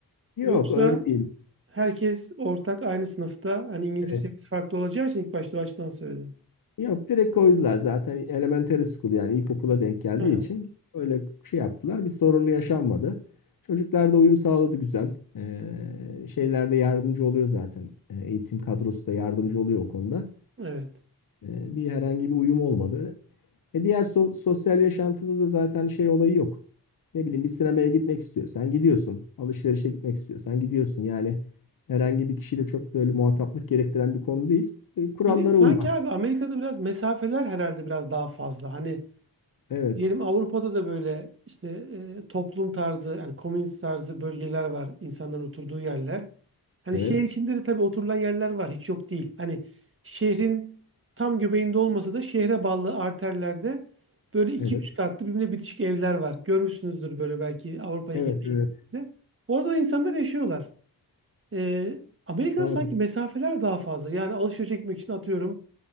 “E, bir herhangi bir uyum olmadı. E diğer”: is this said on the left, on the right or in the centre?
Left